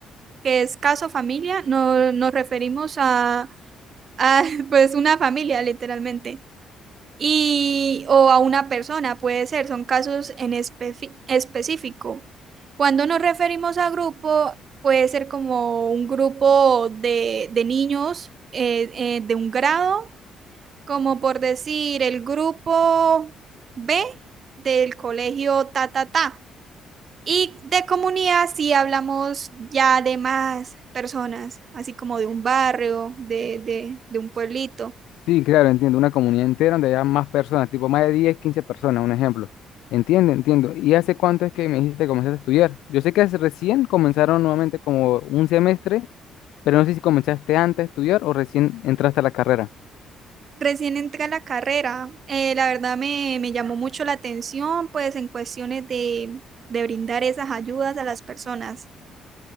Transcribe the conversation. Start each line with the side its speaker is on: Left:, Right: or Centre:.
Right: que es caso familia, no, nos referimos a, a <laughs> pues una familia, literalmente. y o a una persona, puede ser, son casos en espefi- específico. Cuando nos referimos a grupo, puede ser como un grupo de, de niños eh, eh, de un grado, como por decir el grupo B del colegio ta ta ta. Y de comunidad si hablamos ya de más personas, así como de un barrio, de, de de un pueblito.
Left: Sí, claro, entiendo. Una comunidad entera donde haya más personas, tipo más de 10, 15 personas, un ejemplo. Entiendo, entiendo. ¿Y hace cuánto es que me dijiste que comenzaste a estudiar? Yo sé que hace- recién comenzaron nuevamente como un semestre, pero no sé si comenzaste antes a estudiar o recién entraste a la carrera.
Right: Recién entré a la carrera. Eh, la verdad me, me llamó mucho la atención, pues en cuestiones de, de brindar esas ayudas a las personas.